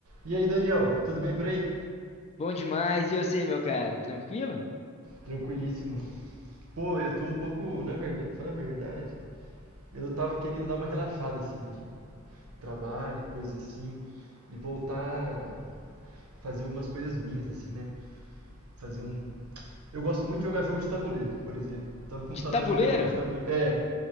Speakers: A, on the right; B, on the left.
A: E aí, Daniel, tudo bem por aí?
B: Bom demais. E você, meu caro? Tranquilo?
A: Tranquilíssimo. Pô, eu tô um pouco, na verdade, falando a verdade, eu tava querendo dar uma relaxada assim de trabalho, de coisas assim, e voltar a fazer algumas coisas minhas assim, né? Fazer um Eu gosto muito de jogar jogo de tabuleiro, por exemplo. Tava com
B: De
A: saudade
B: tabuleiro?
A: de jogar jogo de tabuleiro. É.